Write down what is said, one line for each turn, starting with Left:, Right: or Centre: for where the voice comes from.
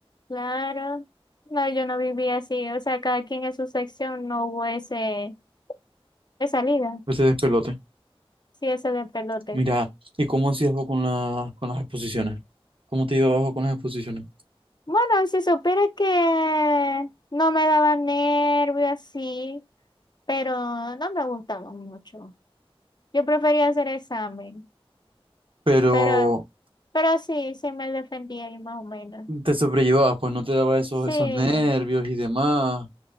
Left: Claro, no, yo no vivía así, o sea, cada quien en su sección no hubo ese, esa liga,
Right: Ese despelote.
Left: sí, ese de pelote.
Right: Mira, ¿y cómo hacías vos con, la, con las exposiciones? ¿Cómo te llevabas vos con las exposiciones?
Left: Bueno, si supieras que no me daba nervio así, pero no me gustaba mucho. Yo prefería hacer examen,
Right: Pero
Left: pero, pero sí, sí me defendía ahí más o menos.
Right: te sobrellevabas, pues no te daba esos,
Left: Sí,
Right: esos nervios y demás.